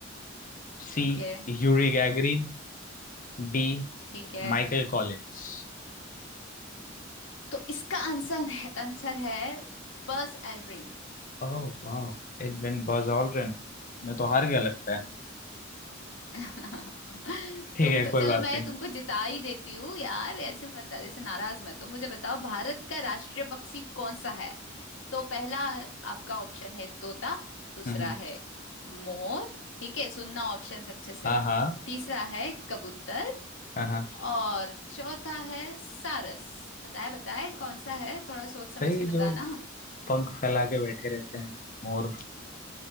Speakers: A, on the left; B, on the left.
A: C
B: ठीक है
A: Yuri Gagarin D
B: ठीक है
A: Michael Collins
B: तो इसका आंसर है आंसर है बस एल्ड्रिन
A: ओह वाह इट बिन बज ऑल्ड्रिन मैं तो हार गया लगता है
B: <laughs>
A: ठीक
B: तुम
A: है
B: तो
A: कोई
B: चलो
A: बात
B: मैं
A: नहीं
B: तुमको जिता ही देती हूँ यार ऐसे मत ऐसे नाराज मत हो मुझे बताओ भारत का राष्ट्रीय पक्षी कौन सा है तो पहला आपका ऑप्शन है तोता दूसरा
A: हम्म हम्म,
B: है मोर ठीक है सुनना ऑप्शंस अच्छे से
A: हाँ हाँ
B: तीसरा है कबूतर
A: हाँ हाँ
B: और चौथा है सारस बताए बताए कौन सा है थोड़ा सोच समझ
A: भाई
B: के बताना
A: जो पंख फैला के बैठे रहते हैं मोर